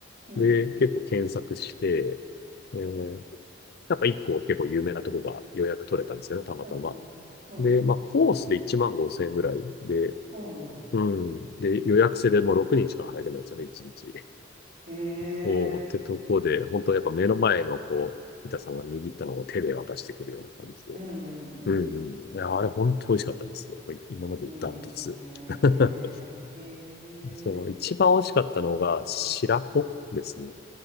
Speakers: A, on the right; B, on the left.
A: うんうん。
B: で、
A: うん。
B: 結構検索して、えーなんか一個結構有名なとこが予約取れたんですよね、たまたま。
A: おうおう。うん。
B: で、まあ、コースで1万5千円ぐらいで、
A: おうおう。
B: うん。で、予約制でもう6人しか入れないんですよね、1日。
A: へえ。
B: そう、ってとこで、本当やっぱ目の前の、こう、板さんが握ったのを手で渡してくるような感じで。
A: うんうん
B: うんうん。いや、あれ本当美味しかったんですよ。やっぱり今までダントツ。
A: うんうんうんうおううんうへえうんうんうんいいですね。
B: <laughs>
A: へえ。
B: そう、一番美味しかったのが、白子ですね。
A: うん